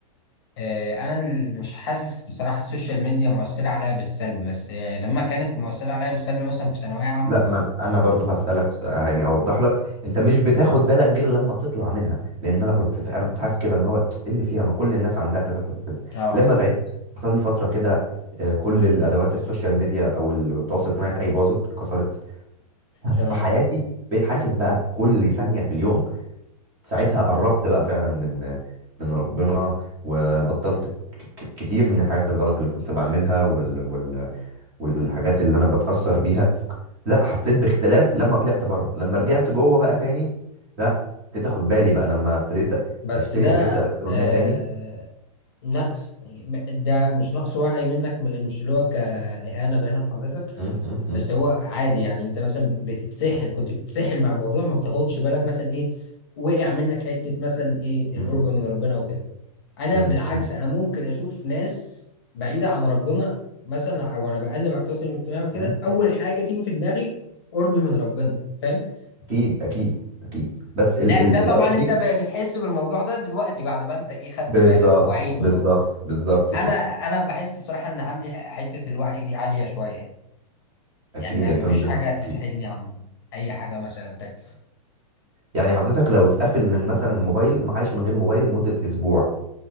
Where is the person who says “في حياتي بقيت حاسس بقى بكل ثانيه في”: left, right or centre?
Right